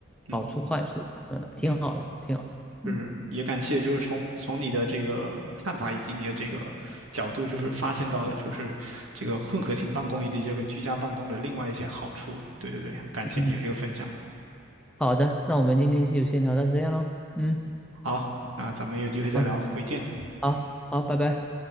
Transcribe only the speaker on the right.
嗯，
就是
就是也感谢，就是从从你的这个看法以及你的这个角度，就是发现到了就是这个混合性办公以及这个居家办公的另外一些好处。对对对，感谢你的这个分享。
好，那咱们有机会再聊，
回见。